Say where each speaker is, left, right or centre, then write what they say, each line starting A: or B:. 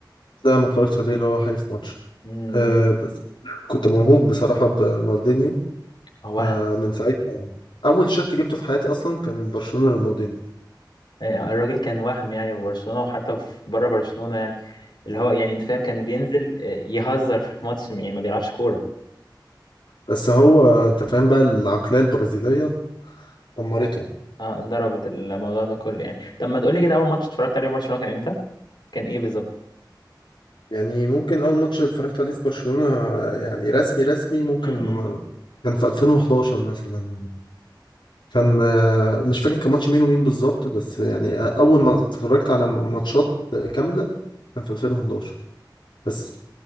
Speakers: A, on the left; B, on the left.
A: لا ما اتفرجتش عليه اللي هو حي في ماتش
B: امم
A: آه، بس كنت موهوب بصراحه برونالدينيو
B: هو
A: فمن
B: وهم
A: ساعتها اول شيرت جبته في حياتي اصلا كان برشلونة رونالدينيو
B: آه، الراجل كان وهم يعني في برشلونه وحتى في بره برشلونه يعني اللي هو يعني انت فاهم كان بينزل آه، يهزر في الماتش يعني ما بيلعبش كوره
A: بس هو انت فاهم بقى العقلية البرازيلية دمرته
B: اه ضربت الموضوع ده كله يعني طب ما تقول لي كده اول ماتش اتفرجت عليه برشلونه كان امتى كان ايه بالظبط
A: يعني ممكن اول ماتش اتفرجت عليه في برشلونة يعني رسمي رسمي ممكن
B: امم
A: كان في 2011 مثلا كان آه، مش فاكر كان ماتش مين ومين بالظبط بس يعني آه، اول ما اتفرجت على م- ماتشات كاملة كان في 2011 بس